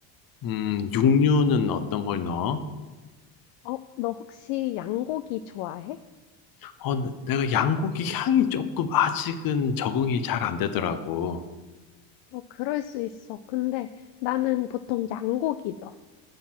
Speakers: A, on the left; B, on the left.
A: 음, 육류는 어떤 걸 넣어?
B: 어, 너 혹시 양고기 좋아해?
A: 어, 네, 내가 양고기 향이 조금 아직은 적응이 잘 안 되더라고.
B: 어, 그럴 수 있어. 근데 나는 보통 양고기 넣어.